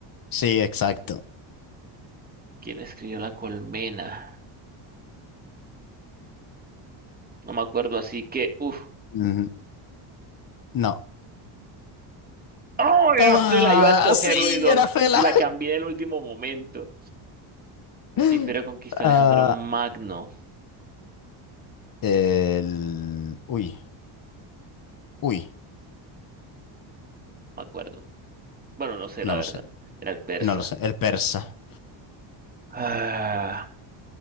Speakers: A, on the left; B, on the right.
A: Sí, exacto.
B: ¿Quién escribió La Colmena? No me acuerdo, así que, uff.
A: Mm, No.
B: ¡Oh!
A: ¡Toma!
B: Yo no sé, la iba a escogerlo
A: ¡Sí,
B: y, lo,
A: era Fela!
B: y la cambié en el último momento.
A: <laughs>
B: ¿Qué imperio conquistó
A: Ah,
B: Alejandro Magno?
A: el... Uy, uy,
B: Me acuerdo. Bueno, no sé,
A: no
B: la
A: lo
B: verdad.
A: sé,
B: Era el persa.
A: no lo sé. El persa.
B: Ah,